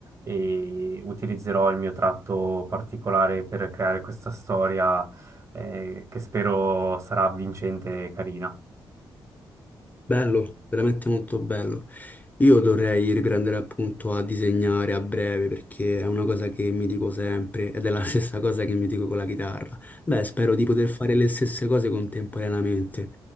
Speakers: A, on the right (about 35°); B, on the left (about 20°).
A: e utilizzerò il mio tratto particolare per creare questa storia eh, che spero sarà vincente e carina.
B: Bello, veramente molto bello. Io dovrei riprendere appunto a disegnare a breve perché è una cosa che mi dico sempre ed è la <laughs> stessa cosa che mi dico con la chitarra. Beh, spero di poter fare le stesse cose contemporaneamente.